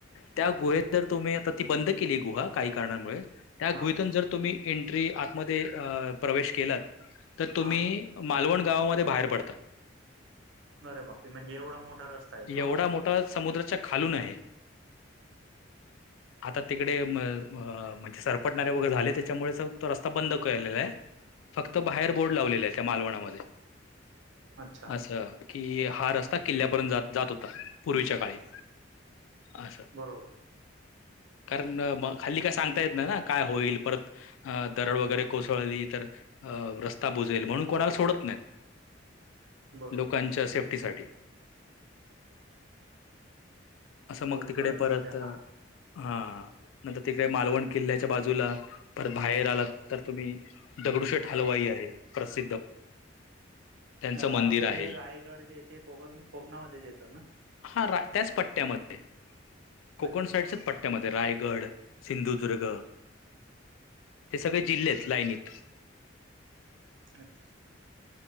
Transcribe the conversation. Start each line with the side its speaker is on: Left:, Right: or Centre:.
Left: त्या गुहे जर तुम्ही आता ती बंद केली गुहा काही कारणामुळे. त्या
Right: हा
Left: गुहेतून जर तुम्ही एंट्री आतमध्ये प्रवेश केलात तर तुम्ही,
Right: हा
Left: मालवण गावामध्ये बाहेर पडतात.
Right: अरे बापरे, म्हणजे एवढा मोठा रस्ता आहे का.
Left: एवढा समुद्राच्या खालून आहे. आता तिकडे म म्हणजे सरपटणारे वगैरे झाले. त्याच्यामुळे तो रस्ता बंद केलेला आहे. फक्त बाहेर बोर्ड लावलेला आहे. त्या मालवणामध्ये
Right: अच्छा
Left: असं कि हा रस्ता किल्ल्यापर्यंत जात जात होता. पूर्वीच्या काळी असं.
Right: बरोबर.
Left: कारण म हल्ली काय सांगता येत नाही ना. काय होईल परत अ दरड वगैरे कोसळली तर अ रस्ता बुजेल, म्हणून कोणाला सोडत नाहीत.
Right: बरोबर
Left: लोकांच्या सेफ्टी साठी असं मग
Right: कोकण
Left: तिकडे परत
Right: म्हणजे हा
Left: हा नंतर तिकडे मालवण किल्ल्याच्या बाजूला परत बाहेर आलात तर तुम्ही, दगडूशेठ हलवाई आहे प्रसिद्ध. त्यांचं
Right: अ
Left: मंदिर
Right: आपलं
Left: आहे.
Right: हे रायगड जे ते कोकण कोकणामध्येच येतात ना.
Left: हा रा त्याच पट्ट्यामध्ये कोकण
Right: अच्छा
Left: साईडच्याच पट्ट्या त्यामध्ये रायगड, सिंधुदुर्ग ते सगळे जिल्हे आहेत लाईनीत.
Right: अच्छा.